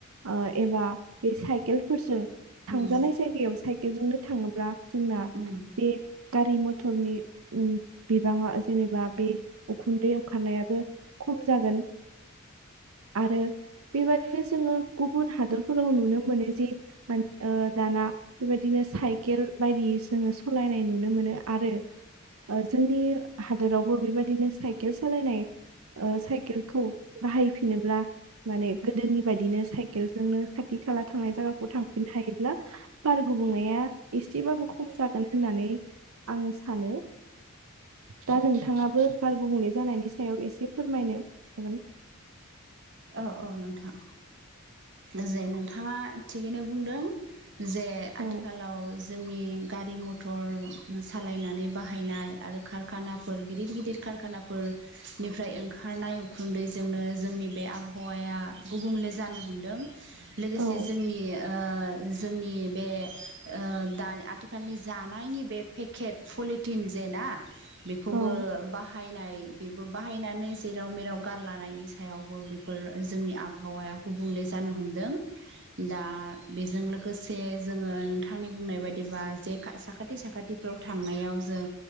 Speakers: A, on the right; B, on the right.
A: ओ एबा बे साइकेलफोरजों थांजानाय
B: उम
A: जायगायाव साइकेलजोंनो थाङोब्ला जोंना
B: उम
A: बे गारि म थरनि उम बिबाङा जेनेबा बे उखुन्दै ओंखारनायाबो खम जागोन आरो बेबादिनो जोङो गुबुन हादरफोराव नुनो मोनो जे ओ दाना बेबायदिनो साइकेल बायदियै जोङो सलायनाय नुनो मोनो। आरो ओ जोंनि हादोरावबो बेबायदिनो साइकेल सालायनाय ओ साइकेलखौ बाहायफिनोब्ला माने गोदोनि बायदिनो साइकेलजोंनो खाथि खाला थांनाय जायगाखौ थांफिननो हायोब्ला बार गुबुंनाया एसेबाबो खम जागोन होननानै आङो सानो। दा नोंथाङाबो बार गुबुंले जानायनि सायाव एसे फोरमायनो हागोन
B: औ औ नोंथां। जे नोंथाङा थिगैनो बुंदों जे
A: औ
B: आथिखालाव जोंनि गारि मथर सालायनानै बाहायनाय आरो कारखानाफोर गिदिर गिदिर खानाफोरनिफ्राय ओंखारनाय उखुन्दैजोंनो जोंनि बे आब आबहावाया गुबुंले जानो हमदों लोगोसे
A: औ
B: जोंनि ओ जोंनि बे ओ दानि आथिखालनि जानायनि बे पेकेट पलिटिन जे ना बेखौबो
A: औ
B: बाहायनाय बेबो बाहायनानै जेराव मेराव गारलानि सायावबो बेफोर जोंनि आबहावाया गुबुंले जानो हम दा बेजों लोगोसे जोङो नोंथांनि बुंनाय बायदिबा जे साखाथि साखाथिफ्राव थांनायाव जों